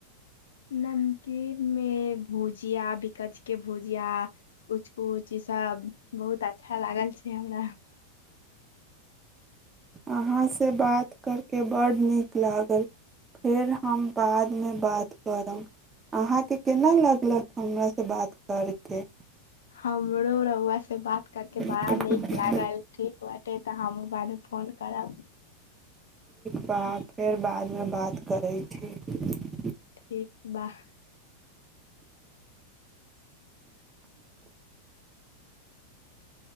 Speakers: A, on the left; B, on the right.
A: नमकीन मे भुजिया बिकाज के भुजिया कुछ कुछ ची सब बहुत अच्छा लागल छै हमरा
B: अहाँसँ बात कर कऽ बड्ड नीक लागल फेर हम बादमे बात करब अहाँके केना लागलक हमरासँ बात करके
A: हमरो रौआ से बात करके बड़ा
B: करके
A: नीक लागल ठीक बे तऽ हम ब फोन करड़ा
B: कृ व फेर बादमे बात करैत छी
A: ठीक वाह